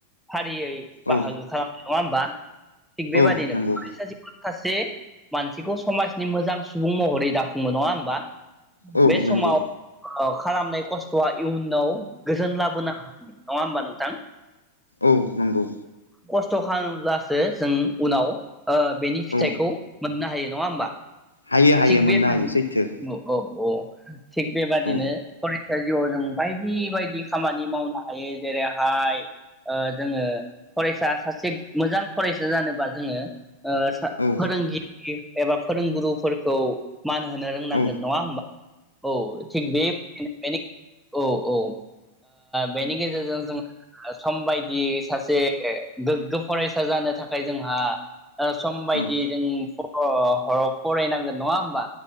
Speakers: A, in the centre; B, on the left (about 80°).
A: फारियै बाहागो
B: औ
A: खालाम नङा होमबा। थिग बेबादिनो
B: औ नंगौ
A: फरायसा जिउआव माखासे मानसिखौ समाजनि मोजां सुबुं महरै दाफुंयो नङा होमबा।
B: औ
A: बे
B: नंगौ
A: समाव ओ खालामनाय खस्थ'आ इयुनाव गोजोन लाबोनो हायो नङा होमबा नोंथां।
B: औ नंगौ
A: खस्थ' खालामोब्लासो जों उनाव ओ बेनि फिथाइखौ
B: औ
A: मोननो हायो नङा होमबा।
B: हायो हायो
A: थिग बेबादिनो
B: मोननो हायो सैथो।
A: औ औ औ थिग बेबादिनो
B: औ
A: फरायसा जिउआव जों बायदि बेबायदि खामानि मावनो हायो जेरैहाय ओ जोङो फरायसा सासे मोजां फरायसा जानोबा जोङो ओ सा-फोरोंगिरि
B: औ
A: एबा फोरोंगुरुफोरखौ मान होनो रोंनांगोन
B: औ
A: नङा होनबा औ थिग बे <unintelligible> औ औ। ओ बेनि गेजेरजों जोङो <unintelligible> सम बायदि सासे गोग्गो फरायसा जानो थाखाय जोंहा ओ सम बायदि
B: औ
A: जों अ हराव फरायनांगोन नङा होमबा।